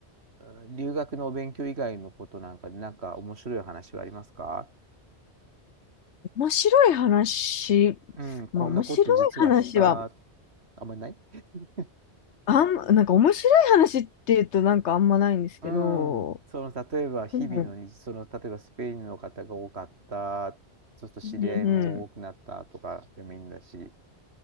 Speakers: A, on the right; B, on the left.
A: うん留学のお勉強以外のことなんかで、なんか面白い話はありますか
B: 面白い話、
A: うん、こんなこと実はした、
B: まあ面白い話は、
A: あんまりない <laughs>
B: あん、なんか面白い話って言うとなんかあんまないんですけど、
A: うん、その例えば日々の日、
B: うん、
A: その例えばスペインの方が多かった、ちょっと知り合いも多くなったとかでもいいんだし、
B: うんうん。